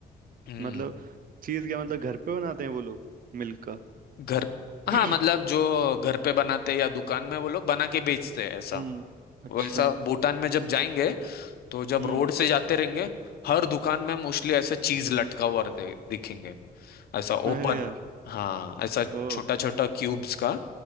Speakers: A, on the left; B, on the right.
A: हम्म
B: मतलब चीज क्या मतलब घर पे बनाते हैं वो लोग मिल्क का
A: घर हाँ
B: <clears throat>
A: मतलब जो घर पे बनाते हैं या दुकान में वो लोग बना के बेचते हैं ऐसा
B: हम्म अच्छा
A: वैसा भूटान में जब जाएंगे तो जब
B: हम्म
A: रोड से जाते रहेंगे हर दुकान में मोस्टली ऐसा चीज लटका हुआ दे- दिखेंगे ऐसा
B: अरे
A: ओपन
B: यार
A: हाँ ऐसा
B: ओ
A: छोटा छोटा क्यूब्स का